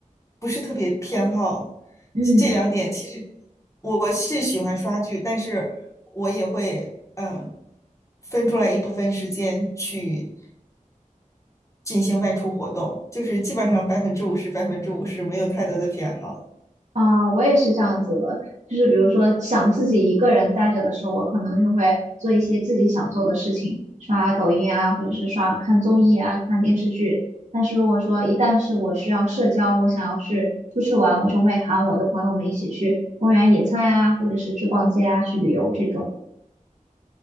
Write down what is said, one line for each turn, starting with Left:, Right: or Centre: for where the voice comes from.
Left: 不是特别偏好
Right: 嗯。
Left: 这两点，其实我是喜欢刷剧，但是我也会嗯呃分出来一部分时间去进行外出活动，就是基本上百分之五十百分之五十没有太多的偏好，
Right: 啊，我也是这样子的，就是比如说想自己一个人待着的时候，我可能就会做一些自己想做的事情，刷抖音啊，或者是刷看综艺啊，看电视剧。但是如果说一旦是我需要社交，我想要去出去玩，我就会喊我的朋友们一起去公园野餐啊，或者是去逛街啊，去旅游这种。